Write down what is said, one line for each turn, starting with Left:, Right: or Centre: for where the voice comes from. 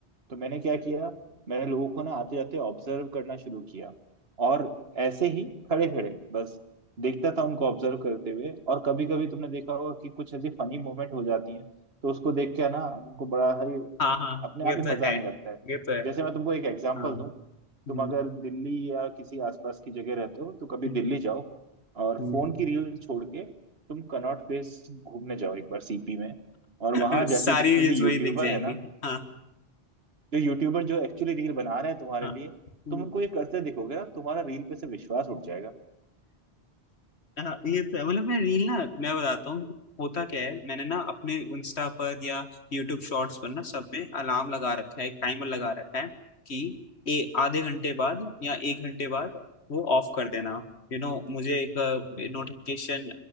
Right: तो मैंने क्या किया मैंने लोगों को ना आते जाते ऑब्जर्व करना शुरू किया और ऐसे ही खड़े खड़े बस देखता था उनको ऑब्जर्व करते हुए और कभी कभी तुमने देखा होगा कि कुछ ऐसी फनी मोमेंट हो जाती है तो उसको देख के ना उनको बड़ा ही
Left: हाँ हाँ
Right: अपने
Left: ये
Right: आप ही
Left: तो
Right: मजा
Left: है
Right: आने लगता है
Left: ये तो है
Right: जैसे मैं तुमको एक एग्जांपल
Left: हाँ
Right: दूं
Left: हम्म
Right: तुम अगर दिल्ली या किसी आसपास की जगह रहते हो तो कभी
Left: हम्म,
Right: दिल्ली जाओ और
Left: हम्म।
Right: फोन की रील छोड़ के तुम कनॉट प्लेस घूमने जाओ एक बार सीपी में और
Left: <laughs>
Right: वहां जाके
Left: सारी
Right: जितने
Left: रील्स
Right: भी यूट्यूबर
Left: वही दिख जाएंगी
Right: है ना
Left: हाँ
Right: जो यूट्यूबर जो एक्चुअली रील बना रहे हैं तुम्हारे
Left: हाँ
Right: लिए
Left: हम्म।
Right: तुम उनको ये करते दिखोगे ना तुम्हारा रील पे से विश्वास उठ जाएगा
Left: हाँ, ये प- मतलब मैं रील ना मैं बताता हूँ होता क्या है मैंने ना अपने इंस्टा पर या यूट्यूब शॉर्ट्स पर ना सब में अलार्म लगा रखा है एक टाइमर लगा रखा है कि ए आधे घंटे बाद या एक घंटे बाद वो ऑफ कर देना यू you नो know, मुझे एक नोटिफिकेशन